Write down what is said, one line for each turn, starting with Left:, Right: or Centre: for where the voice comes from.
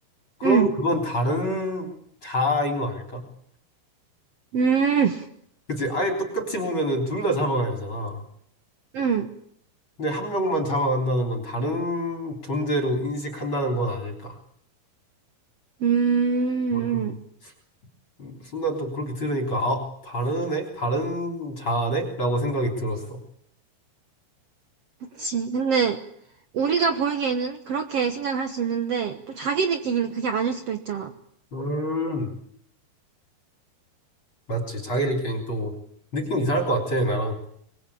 Left: 그러면
Right: 응,
Left: 그건 다른 자아인 거 아닐까?
Right: 응,
Left: 그치? 아예 똑같이 보면은 둘 다 잡아가야 되잖아.
Right: 응,
Left: 근데 한 명만 잡아간다는 건 다른 존재로 인식한다는 건 아닐까?
Right: 응, 응.
Left: 뭘 그 음, 순간 또 그렇게 들으니까 아 다르네? 다른 자아네? 라고 생각이 들었어.
Right: 그치. 근데 우리가 보기에는 그렇게 생각할 수 있는데 또 자기들끼리는 그게 아닐 수도 있잖아.
Left: 음 맞지 자기들끼리 또 느낌 이상할 것 같아 나랑